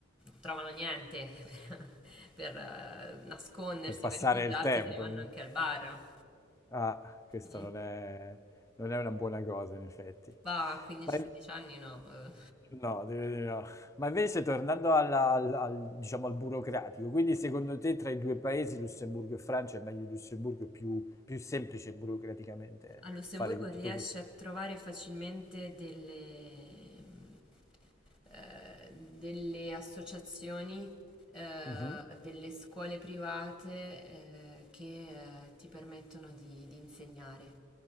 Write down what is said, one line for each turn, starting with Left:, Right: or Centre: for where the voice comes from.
Centre: trovano niente <laughs> per, eh, nascondersi,
Left: per passare
Centre: per rifugiarsi,
Left: il tempo.
Centre: se ne vanno anche al bar.
Left: Ah, questa
Centre: Mm.
Left: non è, non è una buona cosa, in effetti.
Centre: Va a 15-16
Left: Ma in-
Centre: anni, no. eh.
Left: no, direi di no. Ma invece, tornando alla- al, al- diciamo, al burocratico, quindi secondo te tra i due paesi, Lussemburgo e Francia, è meglio Lussemburgo, è più, più semplice burocraticamente
Centre: A Lussemburgo
Left: fare
Centre: riesci
Left: tutto questo?
Centre: a trovare facilmente delle, mh, eh, delle associazioni, eh,
Left: Mhm.
Centre: delle scuole private, eh, che eh, ti permettono di, di insegnare.